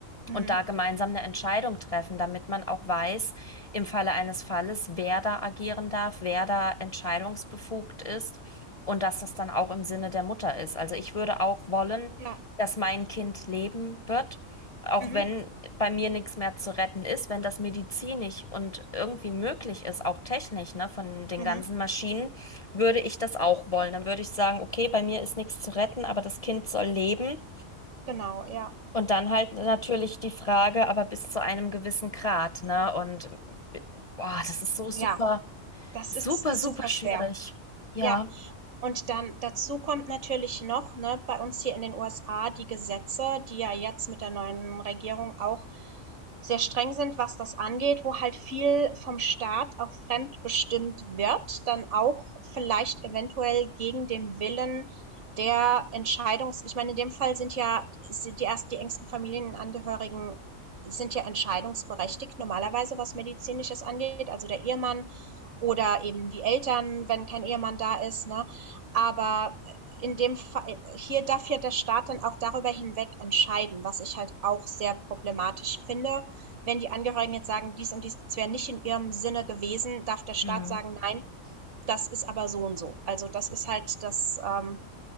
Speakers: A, on the right (about 65°); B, on the left (about 45°).
A: Mhm.
B: und da gemeinsam eine Entscheidung treffen, damit man auch weiß, im Falle eines Falles, wer da agieren darf, wer da entscheidungsbefugt ist und dass das dann auch im Sinne der Mutter ist. Also ich würde auch wollen,
A: Ja.
B: dass mein Kind leben wird. Auch
A: Mhm.
B: wenn bei mir nichts mehr zu retten ist, wenn das medizinisch und irgendwie möglich ist, auch technisch, ne, von den
A: Mhm.
B: ganzen Maschinen, würde ich das auch wollen. Dann würde ich sagen, okay, bei mir ist nichts zu retten, aber das Kind soll leben.
A: Genau, ja.
B: Und dann halt natürlich die Frage, aber bis zu einem gewissen Grad, ne? Und boah, das ist so super,
A: Ja, das
B: super,
A: ist
B: super
A: super
B: schwierig.
A: schwer.
B: Ja.
A: Ja, und dann dazu kommt natürlich noch, ne, bei uns hier in den USA die Gesetze, die ja jetzt mit der neuen Regierung auch sehr streng sind, was das angeht, wo halt viel vom Staat auch fremdbestimmt wird, dann auch vielleicht eventuell gegen den Willen der Entscheidungs, ich meine, in dem Fall sind ja sind die erst die engsten Familienangehörigen sind ja entscheidungsberechtigt normalerweise, was medizinisches angeht, also der Ehemann oder eben die Eltern, wenn kein Ehemann da ist, ne? Aber in dem Fall, hier darf ja der Staat dann auch darüber hinweg entscheiden, was ich halt auch sehr problematisch finde wenn die Angehörigen jetzt sagen, dies und dies wäre nicht in ihrem Sinne gewesen, darf der Staat
B: Hm.
A: sagen, nein, das ist aber so und so. Also das ist halt das ähm,